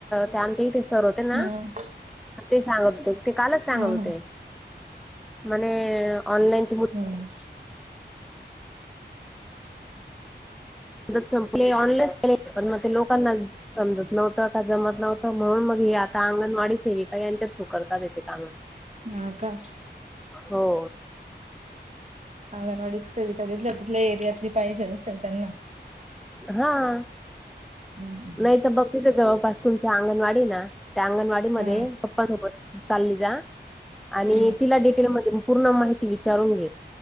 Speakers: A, in the centre; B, on the right.
A: ते आमच्या इथे सर हो ते ना
B: हम्म
A: ते सांगत होते ते कालच सांगत
B: हम्
A: होते.
B: हम
A: म्हणे ऑनलाइन ची मु
B: हम्.
A: मुदत संपलीये ऑनलाईनच केले पण मग ते लोकांना समजत नव्हतं का जमत नव्हत. म्हणून मग हे आता अंगणवाडी सेविका यांच्या थ्रू करतात येते काम.
B: हा का.
A: हो.
B: अंगणवाडी सेविका जीथल्या तिथल्या एरियातली पाहिजे असेल त्यांना
A: हां.
B: हम्म.
A: नाही तर बघ तिथे जवळपास तुमच्या अंगणवाडी ना त्या अंगणवाडी मध्ये
B: हम्
A: पप्पासोबत चालली जा, आणि
B: हम्
A: तिला डिटेल मध्ये पूर्ण माहिती विचारून घेे.